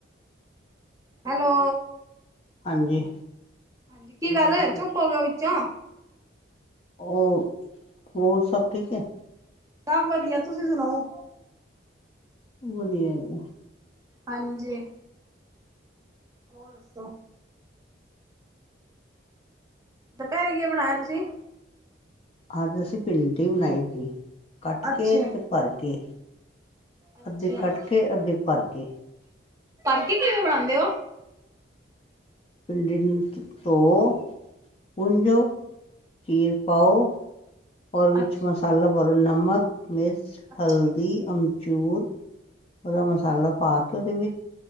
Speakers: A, on the right; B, on the left.
A: ਹੈਲੋ।
B: ਹਾਂਜੀ।
A: ਹਾਂਜੀ ਕੀ ਗੱਲ ਚੁੱਪ ਹੋ ਗੇ ਓਂ ਵਿਚੋ?
B: ਓਂ ਹੋਰ ਸਭ ਠੀਕ ਏ?
A: ਸਭ ਵਧਦੀਆ ਤੁਸੀ ਸੁਣਾਓ?
B: ਵਧੀਆ ਹੈਗਾ।
A: ਹਾਂਜੀ ਹੋਰ ਦੱਸੋ? ਦੁਪੈਰੀ ਕੀਏ ਬਣਾਏਆ ਤੁਸੀ?
B: ਅਜ ਅਸੀ ਭਿੰਡੀ ਬਣਾਈ ਸੀ, ਕਟ
A: ਅੱਛਾ
B: ਕੇ ਤੇ ਭਰ ਕੇ
A: ਅੱਛਾ
B: ਅੱਧੀ ਧੀ ਕਟ ਕੇ, ਅੱਧੀ ਭਰ ਕੇ
A: ਭਰਕੇ ਕਿਵੇ ਬਣਾਉਦੇ ਹੋ?
B: ਭਿੰਡੀ ਨੂੰ ਧੋ, ਪੂੰਝੋ, ਚੀਰ ਪਾਓ ਉਹਦੇ ਵਿਚ
A: ਅੱਛਾ
B: ਮਸਾਲਾ ਭਰੋ ਨਮਕ, ਮਿਰਚ,
A: ਅੱਛਾ
B: ਹਲਦੀ, ਅਮਚੂਰ ਉਹਦਾ
A: ਹਾਂਜੀ
B: ਮਸਾਲਾ ਪਾ ਕੇ ਉਹਦੇ ਵਿਚ,